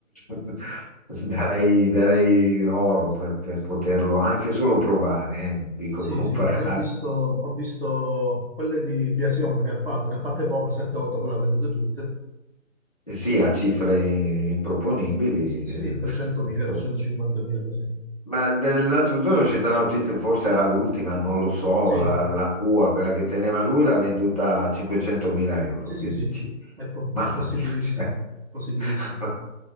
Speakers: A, on the left; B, on the right.
A: <laughs> darei, darei oro per, per poterlo anche solo provare, eh, non Dico
B: Sì,
A: <laughs> comparare,
B: sì, ma io ho visto, ho visto quelle di Biasion che ha fatto, ne ha fatte poco, 7-8, poi le ha vendute tutte.
A: sì, a cifre improponibili, eh,
B: Sì,
A: <laughs>
B: 300.000, 350.000, così.
A: Ma dell'altro giorno è uscita la notizia, forse era l'ultima, non lo so,
B: Sì,
A: la, la tua, quella che teneva lui, l'ha venduta a 500.000 euro.
B: sì, sì,
A: Che dici?
B: sì, è, po-
A: Mamma
B: è possibilissimo,
A: mia, cioè,
B: possibilissimo.
A: <laughs>